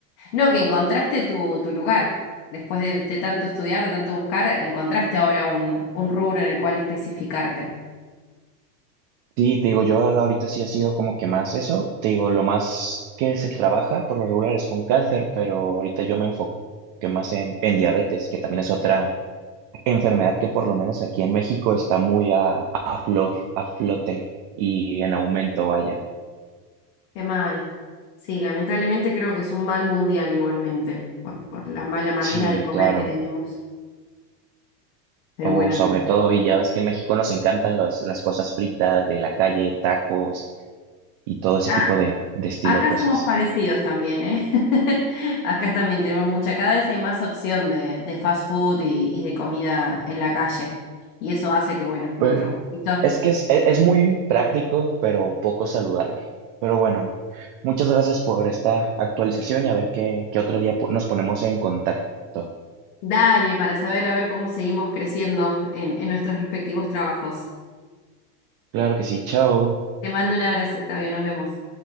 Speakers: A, on the left; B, on the right.
A: No, que encontraste tu, tu lugar. Después de, de tanto estudiar, de tanto buscar, encontraste ahora un, un rubro en el cual especificarte.
B: Sí, te digo, yo ahorita sí ha sido como que más eso. Te digo, lo más que se trabaja por lo regular es con cáncer, pero ahorita yo me enfoqué más en, en diabetes, que también es otra enfermedad que por lo menos aquí en México está muy a, a flor, a flote y en aumento, vaya.
A: Qué mal. Sí, lamentablemente creo que es un mal mundial igualmente, por, por la mala manera
B: Sí,
A: de comer
B: claro.
A: que tenemos. Pero
B: Oh,
A: bueno.
B: sobre todo, y ya ves que en México nos encantan las las cosas fritas de la calle, tacos y todo ese
A: Ah,
B: tipo de, de estilo
A: acá
B: de cosas.
A: somos parecidos también, ¿eh? <laughs> Acá también tenemos mucha, cada vez hay más opción de, de fast food y, y de comida en la calle. Y eso hace que, bueno, nuestro
B: Pero
A: cuerpito,
B: es que es, e- es muy práctico, pero poco saludable. Pero bueno, muchas gracias por esta actualización y a ver qué, qué otro día po- nos ponemos en contacto.
A: dale, para saber a ver cómo seguimos creciendo en, en nuestros respectivos trabajos.
B: Claro que sí, chao.
A: Te mando un abrazo, Octavio, nos vemos.